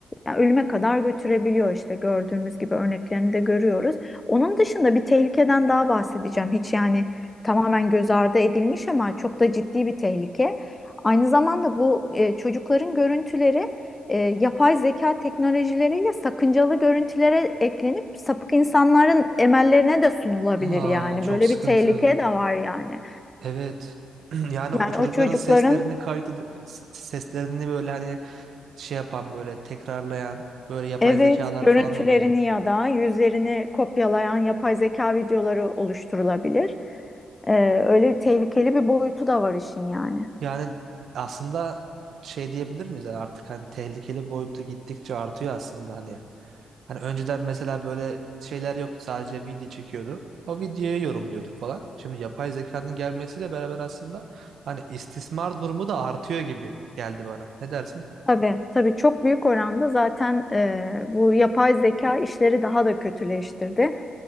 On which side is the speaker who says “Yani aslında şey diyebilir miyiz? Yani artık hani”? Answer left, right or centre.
Right